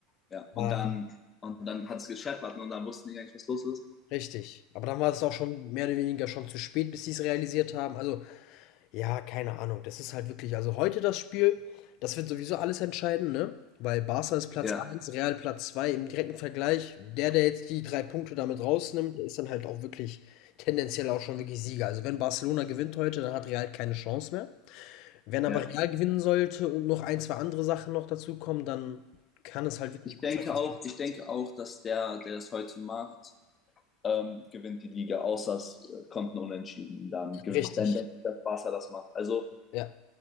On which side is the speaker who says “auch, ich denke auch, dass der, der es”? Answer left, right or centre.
Left